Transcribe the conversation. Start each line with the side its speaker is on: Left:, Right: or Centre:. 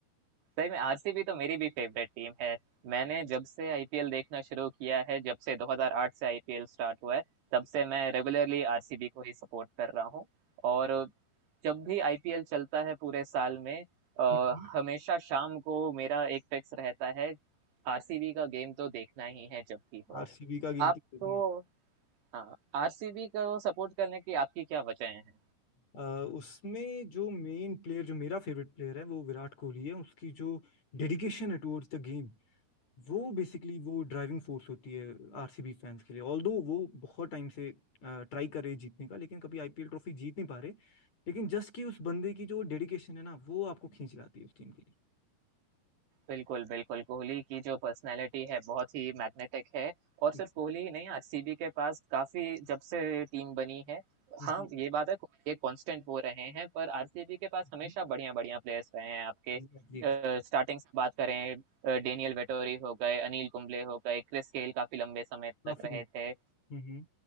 Right: सही में आरसीबी तो मेरी भी फेवरेट टीम है मैंने जब से आईपीएल देखना शुरू किया है जब से 2008 से आईपीएल स्टार्ट हुआ है तब से मैं रेगुलरली आरसीबी को ही सपोर्ट कर रहा हूँ और जब भी आईपीएल चलता है पूरे साल में अ,
Left: <laughs>
Right: हमेशा शाम को मेरा एक फिक्स रहता है आरसीबी का गेम तो देखना ही है जब भी हो
Left: आरसीबी का गेम
Right: आप
Left: तो देखना
Right: तो
Left: ही
Right: हाँ आरसीबी को सपोर्ट करने की आपकी क्या वजह है
Left: अ, उसमें जो मेन प्लेयर जो मेरा फेवरेट प्लेयर है वो विराट कोहली है उसकी जो डेडिकेशन है टुवर्ड्स द गेम वो बेसिकली वो ड्राइविंग फोर्स होती है आरसीबी फैंस के लिए ऑल्दो वो बहुत टाइम से ट्राई कर रहे हैं जीतने का लेकिन कभी आईपीएल ट्रॉफी जीत नहीं पा रहे लेकिन जस्ट कि उस बंदे की जो डेडिकेशन है ना वो आपको खींच लाती है उस टीम के लिए
Right: बिल्कुल, बिल्कुल। कोहली की जो पर्सनैलिटी है बहुत ही मैग्नेटिक है और सिर्फ़
Left: हम्म,
Right: कोहली ही नहीं आरसीबी के पास काफ़ी जब से टीम बनी है
Left: हम्म,
Right: हाँ, ये बात है कोहली एक कांस्टेंट वो रहे हैं पर आरसीबी के पास
Left: हम्म,
Right: हमेशा बढ़िया-बढ़िया प्लेयर्स रहे हैं आपके
Left: exactly.
Right: अ, स्टार्टिंग से बात करें अ, डेनियल वेटोरी हो गए, अनिल कुंबले हो गए, क्रिस गेल काफ़ी लंबे समय तक
Left: काफी
Right: रहे थे,
Left: हम्म